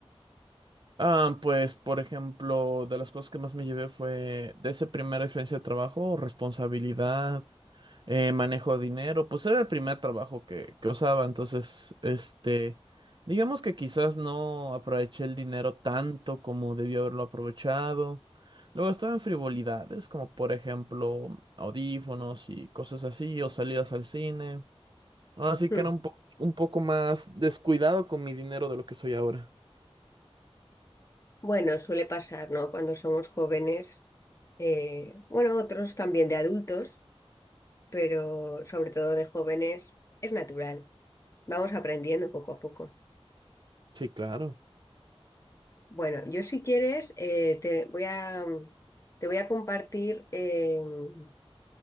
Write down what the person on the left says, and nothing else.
Hmm.
Bueno, suele pasar, ¿no? Cuando somos jóvenes, eh, bueno, otros también de adultos, pero sobre todo de jóvenes, es natural. Vamos aprendiendo poco a poco.
Bueno, yo si quieres, eh, te voy a, mm, te voy a compartir, eh, mm,